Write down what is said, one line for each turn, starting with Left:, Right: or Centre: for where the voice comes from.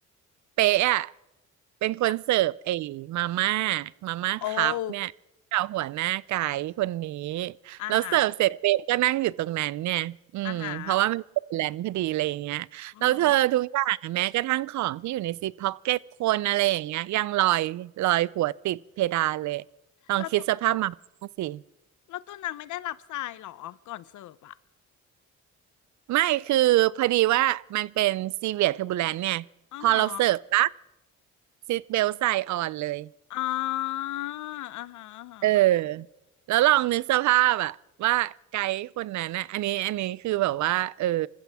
Right: เป๊ะอ่ะเป็นคนเสิร์ฟไอ้มาม่า
Left: ทับ
Right: มาม่าคัพเนี่ยกับหัวหน้าไกด์คนนี้
Left: โออาหา
Right: แล้วเสิร์ฟเสร็จเป๊ะก็นั่งอยู่ตรงนั้นเนี่ยอืมเพราะว่ามันเป็นแลนพอดีอะไรอย่างเงี้ยแล้วเธอทุกอย่างอะแม้กระทั่งของที่อยู่ในซิปพ็อกเก็ตคนอะไรอย่างเงี้ยยังลอยลอยหัวติดเพดานเลย
Left: อาหาอืม
Right: ลองคิดสภาพมาม่าสิ
Left: เราตัวเราตัวนางไม่ได้รับทรายเหรอก่อนเสิร์ฟอ่ะ
Right: ไม่คือพอดีว่ามันเป็นซีเวียเทอร์บูแลนเนี่ยพอเราเสิร์ฟปั๊บ
Left: อ๋อฮะ
Right: ซีทเบลใส่ออนเลย
Left: อ๋ออ่าฮะอ่าฮะ
Right: เออแล้วลองนึกสภาพอะว่าไกด์คนนั้นนะอันนี้อันนี้คือแบบว่าเออ